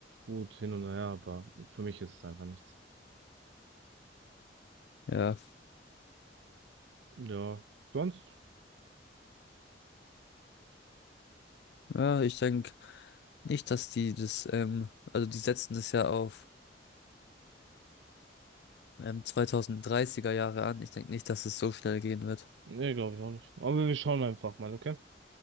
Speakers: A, on the right (about 75°); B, on the left (about 65°).
A: gut hin und her, aber für mich ist es einfach nichts.
B: Ja.
A: Ja, sonst?
B: Ja, ich denke. Nicht, dass die das, ähm, also die setzen das ja auf ähm, 2030er Jahre an. Ich denke nicht, dass es so schnell gehen wird.
A: Nee, glaube ich auch nicht. Aber wir schauen einfach mal, okay?